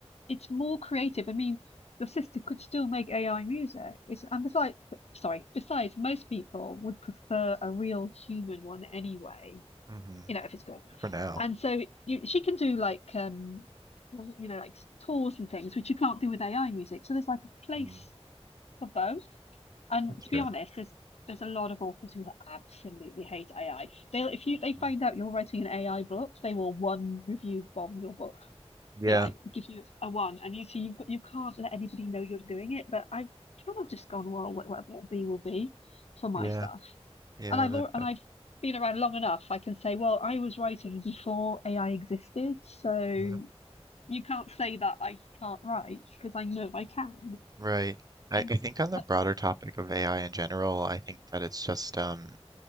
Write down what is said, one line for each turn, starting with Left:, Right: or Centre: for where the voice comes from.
Left: it's more creative. I mean, your sister could still make AI music. It's and besides, sorry, besides, most people would prefer a real human one anyway.
Right: hmm
Left: You know, if it's good.
Right: For now,
Left: And so you, she can do like um, you know, like tours and things, which you can't do with AI music. So there's like a place
Right: mm,
Left: for both. And
Right: that's true.
Left: to be honest, there's there's a lot of authors who absolutely hate AI. They'll if you they find
Right: Mm.
Left: out you're writing an AI book, they will one review bomb your book
Right: Yeah,
Left: you know, I give you a one, and you see you've got you can't let anybody know you're doing it. But I've kind of just gone, well, wh- whatever will be will be for my
Right: yeah,
Left: stuff,
Right: yeah.
Left: and I've
Right: That,
Left: all, and
Right: that,
Left: I've been around long enough. I can say, well, I was writing before AI existed, so
Right: that.
Left: you can't say that I can't write because I know I can.
Right: Right. I,
Left: And
Right: I think on the
Left: that,
Right: broader topic of AI in general, I think that it's just um